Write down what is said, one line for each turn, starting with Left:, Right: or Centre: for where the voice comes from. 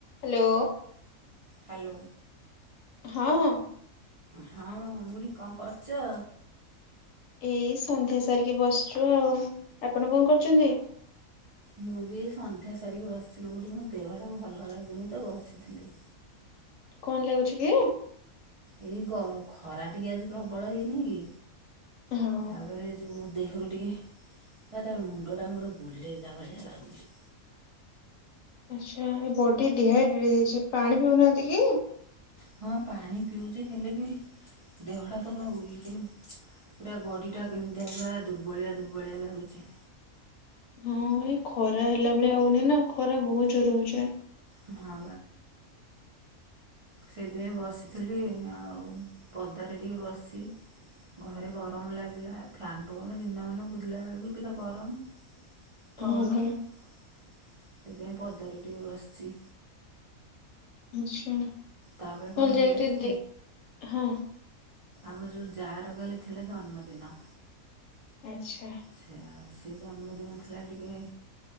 Left: Hello.
Right: Hello.
Left: ହଁ ହଁ।
Right: ହଁ ବୁଢି କଣ କରୁଚ?
Left: ଏଇ ସନ୍ଧ୍ୟା ସାରିକି ବସିଛୁ ଆଉ, ଆପଣ କଣ କରୁଚନ୍ତି।
Right: ମୁଁ ବି ସନ୍ଧ୍ୟା ସାରିକି ବସିଥିଲି ବୁଢି, ମୋ ଦେହଟା ଭଲ ଲାଗୁନି ତ ବସିଥିଲି।
Left: କଣ ଲାଗୁଛି କି?
Right: ଏଇ ଖରା ଟିକେ ଆଜି ପ୍ରବଳ ହେଇନି କି?
Left: ହଁ
Right: ତାପରେ ଯୋଉ ଦେହରୁ ଟିକେ ତା ମୁଣ୍ଡ ଟା ମୋର ବୁଲେଇଲା ଭଳିଆ ଲାଗୁଛି।
Left: ଆଛା ଏ ବଡି ଡିହାଇଡ୍ରେଟ ହେଇଛି ପାଣି ପିଉନାହାନ୍ତି କି?
Right: ହଁ ପାଣି ପିଉଛି ହେଲେ ବି ଦେହଟା ତ କଅଁ ଉଇକ ପୁରା ବଡି ଟା କେମିତି ପୁରା ଦୁର୍ବଳିଆ ଦୁର୍ବଳିଆ ଲାଗୁଛି।
Left: ହଁ ଏଇ ଖରା ହେଲା ଭଳିଆ ହଉନି ନା ଖରା ବହୁତ ଜୋର ହଉଛି।
Right: ହ ବା ସେଇଥିପାଇଁ ବସିଥିଲି ଆଉ ପଦାରେ ଟିକେ ବସିଛି। ଘରେ ଗରମ ଲାଗିଲା ଫ୍ୟାନ ପବନ ଦିନ ମାନେ ବୁଲିଲା ବେଳକୁ ପୁରା ଗରମ ପବନ
Left: ହଁ ପରା
Right: ସେଥିପାଇଁ ପଦାରେ ଟିକେ ବସିଛି।
Left: ଆଛା,
Right: ତାପରେ କଣ
Left: ହଲେ
Right: ହେଲା
Left: ଯାଇକ ଟ
Right: କି
Left: ଦେଖ ହଁ
Right: ଆମ ଯୋଉ ଯାର କାଲି ଥିଲା ଜନ୍ମଦିନ।
Left: ଆଛା।
Right: ସେ ସେ ଜନ୍ମଦିନ ଥିଲା ଟିକେ